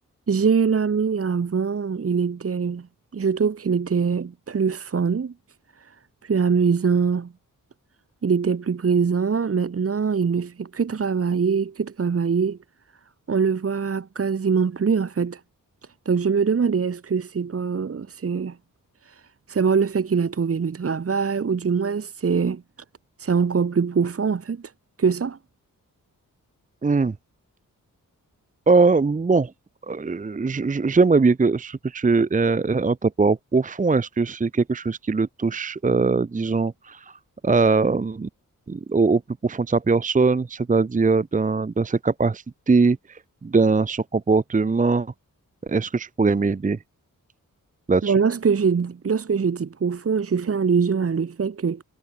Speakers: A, on the right; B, on the right.
A: J'ai un ami avant, il était, je trouve qu'il était plus fun, plus amusant, il était plus présent. Maintenant, il ne fait que travailler, que travailler. On le voit quasiment plus, en fait. Donc, je me demandais, est-ce que c'est pas, c'est, c'est pas le fait qu'il a trouvé le travail, ou du moins, c'est, c'est encore plus profond, en fait, que ça?
B: Hmm. Euh, bon, euh, je- je- j'aimerais bien que ce que tu euh, en ta part profond, est-ce que c'est quelque chose qui le touche, euh, disons, euh, au, au plus profond de sa personne, c'est-à-dire dans, dans ses capacités, dans son comportement? Est-ce que tu pourrais m'aider là-dessus?
A: Bon, lorsque je, dis- lorsque je dis profond, je fais allusion à le fait que,